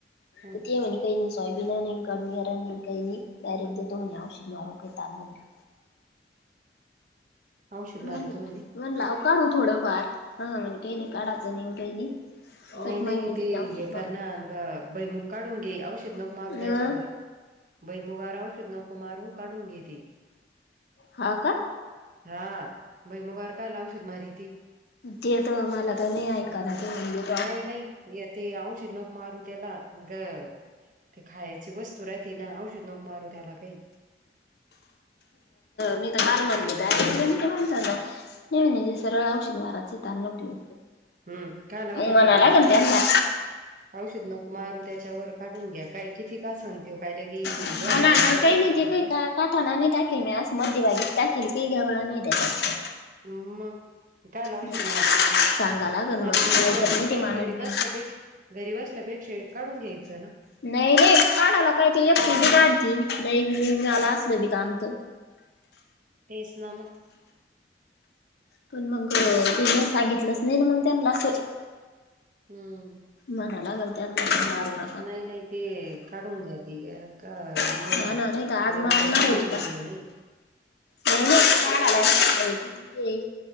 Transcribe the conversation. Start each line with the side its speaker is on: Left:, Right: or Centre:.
Right: हा
Left: तर ते ये म्ह कई नई सोयबीन नाही काडून घेरानी काही डायरेक्ट देतो म्हणे आवशिद मारून काही तारून. <unintelligible>
Right: औषध मारितो
Left: म्हण
Right: म्हणी?
Left: म्हणलं अहो काढू थोडं फार, हा हं काही नाही काढाचं नाहीे काही नाही.
Right: नाही
Left: एक महिने
Right: -नाही,
Left: दिले
Right: ते
Left: औषध
Right: हे कर ना ब- बैमुग काढून घे औषध नको
Left: मारून.
Right: मारू त्याच्यावर.
Left: अ
Right: बैमुगावर औषधी नको मारू काढून घेते.
Left: हा का?
Right: हा भैमुगार काय ला औषध मारीती.
Left: ते तर मला तर नाही कान्हाचं मंदिर.
Right: नाही नाही य ते औषद नग मारू त्याला ग ते खायची वस्तू राहती ना, औषध नक मारू त्याला काही
Left: मी तर घाल म्हणली, ऐकल नाय त्या माणसानं. नाही म्हणायचं सरळ औषध माराचं <unintelligible> देवू
Right: हम्म काल
Left: मग
Right: औषध
Left: म्हणा
Right: मारायचंय
Left: लागन त्यांना.
Right: औषध नक मारू त्याच्यावर, काढून घ्या काय किती का सन क आसन लगी
Left: हा
Right: दौ <unintelligible>
Left: ना. आणि
Right: एका
Left: काही
Right: दिवसात
Left: नाही ते
Right: होत
Left: काही
Right: असं.
Left: <unintelligible>
Right: ह म. काल आवशिद
Left: मग
Right: मारती मग
Left: सांगा लागन
Right: मग आता घरी
Left: काय
Right: ब
Left: तर ते
Right: नाही
Left: माणूस
Right: घरी
Left: बी
Right: बसल्या पेक्षा घरी बसण्यापेक्षा हे काढून घ्यायचं ना.
Left: नाही नाही काढाला काही, ते एकटी बी काडतील नाही बी म मिळाल असल बी काय त
Right: तेच, ना म.
Left: पण मग तुनी सांगितलंच, नाही ना मग त्यांना असं
Right: हम्म!
Left: मना लागलं त्यानला मारन.
Right: नाही नाही ते काढून घ्या, ते एका म
Left: हा ना नाही तर आज
Right: भुईमुगाच
Left: मारणार
Right: काही
Left: होती पण
Right: ये नाही.
Left: नाही नाही काल आला, सकाळी कि ती ते